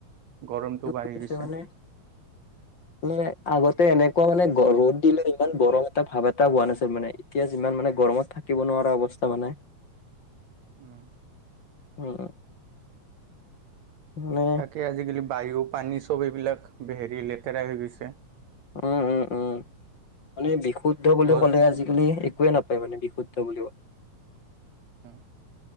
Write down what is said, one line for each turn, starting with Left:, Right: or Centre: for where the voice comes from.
Right: গৰমটো বাঢ়ি
Left: সটোছে
Right: গৈছে।
Left: মানে মানে আগত এনেকুৱা মানে ৰ'দ দিলে ইমান গৰম এটা ভাৱ এটা হোৱা নাছিল মানে এতিয়া যিমান মানে গৰমত থাকিব নোৱাৰে ৰা অৱস্থা মানে
Right: উম
Left: উম মানে
Right: তাকে আজিকালি বায়ু, পানী চব এইবিলাক হেৰি লেতেৰা হৈ গৈছে।
Left: উম, উম, উম মানে বিশুদ্ধ বুলি
Right: গছ
Left: ক'লে আজিকালি একোয়ে নাপ ই মানে বিশুদ্ধ বুলি ক
Right: উম